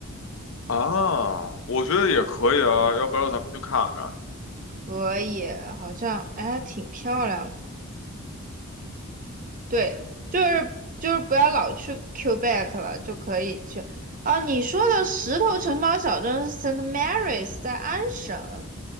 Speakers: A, on the left; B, on the right.
A: 啊？我觉得也可以啊，要不要咱们去看看？
B: 可以，好像哎还挺漂亮的。对，就是就是不要老去 Quebec 了，就可以去。啊，你说的石头城堡小镇是 Saint Mary's，在安省